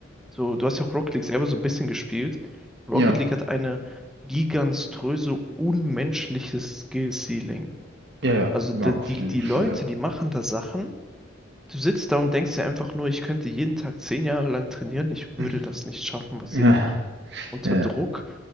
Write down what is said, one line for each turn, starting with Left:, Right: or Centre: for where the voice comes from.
Centre: So, du hast ja auch Rocket League selber so ein bisschen gespielt. Rocket
Right: Ja.
Centre: League hat eine giganströse, unmenschliche Skill-Ceiling.
Right: Ja, ja.
Centre: Also
Right: Ja,
Centre: die, die,
Right: viel
Centre: die
Right: schöner.
Centre: Leute, die machen da Sachen. Du sitzt da und denkst dir einfach nur, ich könnte jeden Tag zehn Jahre lang trainieren, ich würde
Right: <laughs>
Centre: das nicht schaffen, was
Right: Mhm.
Centre: sie
Right: Ja.
Centre: da machen. Unter
Right: Ja, ja.
Centre: Druck